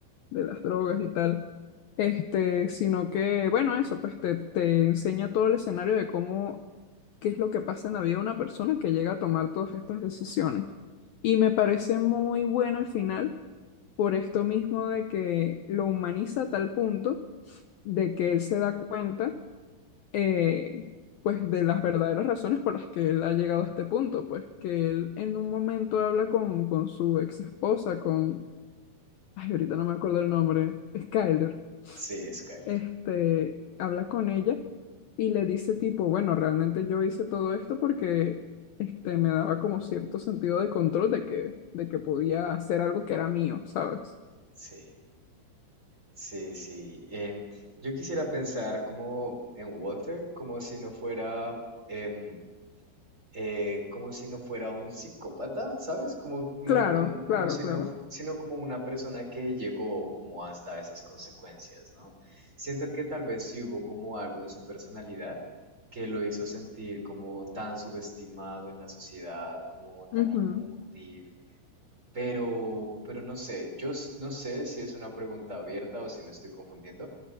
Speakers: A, on the left; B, on the right.
A: de las drogas y tal. Este, sino que, bueno, eso, pues te, te enseña todo el escenario de cómo, qué es lo que pasa en la vida de una persona que llega a tomar todas estas decisiones. Y me parece muy bueno el final, por esto mismo de que lo humaniza a tal punto de que él se da cuenta, eh, pues, de las verdaderas razones por las que él ha llegado a este punto, pues, que él en un momento habla con, con su ex esposa, con, ay, ahorita no me acuerdo el nombre, Skyler
B: Sí, Skyler.
A: este, habla con ella y le dice tipo, bueno, realmente yo hice todo esto porque este, me daba como cierto sentido de control de que, de que podía hacer algo que era mío, ¿sabes?
B: Sí, sí, sí. Em, yo quisiera pensar como en Water, como si no fuera... em, eh, como si no fuera un psicópata, ¿sabes? Como, no,
A: Claro,
B: como, como
A: claro,
B: si
A: claro.
B: no, fu- sino como una persona que llegó como hasta esas consecuencias, ¿no? Siento que tal vez sí hubo como algo en su personalidad que lo hizo sentir como tan subestimado en la sociedad, como tan
A: Ujú.
B: inútil, pero, pero no sé, yo s- no sé si es una pregunta abierta o si me estoy confundiendo,